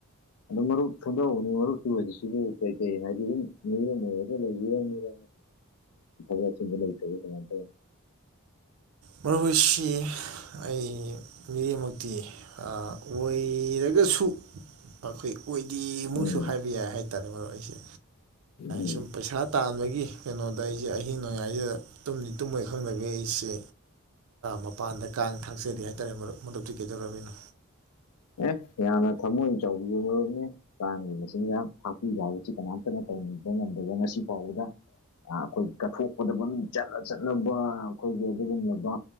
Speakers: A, on the left (about 85°); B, on the right (about 70°).
A: ꯑ ꯃꯔꯨꯞ ꯁꯣꯟꯗꯎꯅꯤ ꯃꯔꯨꯞꯁꯨ ꯍꯧꯖꯤꯛꯁꯤꯗꯤ ꯀꯩꯀꯩ ꯍꯥꯏꯗꯤ ꯑꯗꯨꯝ ꯃꯤ ꯑꯃ ꯑꯣꯏꯔꯒ ꯂꯩꯕꯤꯔ ꯀꯣꯊꯕꯨ ꯂꯩꯃ ꯇ
B: ꯃꯔꯨꯑꯣꯏꯁꯤ ꯑꯩ ꯃꯤꯔꯦꯝꯃꯨꯛꯇꯤ ꯑꯣꯏꯔꯒꯁꯨ ꯑꯩꯈꯣꯏ ꯑꯣꯏꯗꯤ ꯃꯨꯛꯁꯨ
A: ꯎꯝ
B: ꯍꯥꯏꯕ ꯌꯥꯏ ꯍꯥꯏ ꯍꯥꯏꯇꯥꯔꯦ ꯃꯔ ꯑꯩꯁꯦ
A: ꯎꯝ
B: ꯁꯨꯝ ꯄꯩꯁꯥ ꯇꯥꯟꯕꯒꯤ ꯀꯩꯅꯣꯗ ꯑꯩꯁꯦ ꯑꯍꯤꯡ ꯅꯣꯡꯌꯥꯏꯁꯤꯗ ꯇꯨꯝꯅꯤ ꯇꯨꯝꯃꯣꯏ ꯈꯪꯗꯕꯤꯦ ꯑꯩꯁꯦ ꯃꯄꯥꯟꯗ ꯀꯥꯡ ꯊꯥꯛꯆꯗꯦ ꯍꯥꯏꯇꯥꯔꯦꯨꯞ ꯃꯗꯨꯨꯞ ꯇꯤꯀꯦꯠ ꯇꯧꯔꯝꯃꯤꯅ
A: ꯑꯦ ꯌꯥꯝꯅ ꯊꯃꯣꯏ ꯆꯥꯎꯕꯤꯕ ꯃꯔꯝꯅꯦ ꯀꯥꯡꯒꯤ ꯃꯁꯤꯡꯆꯤꯟꯖꯥꯛ ꯊꯥꯛꯄꯤꯕ ꯍꯥꯏꯕꯁꯤ ꯀꯅꯥꯝꯇꯅ ꯇꯕ ꯉꯝꯗꯕ ꯉꯁꯤ ꯐꯥꯎꯕꯗ ꯑꯩꯈꯣꯏ ꯀꯠꯊꯣꯛꯄꯗꯕꯝ ꯆꯠꯅ ꯆꯠꯅꯕ ꯑꯩꯈꯣꯏꯒꯤ ꯑꯗꯨꯒꯨꯝꯂꯕ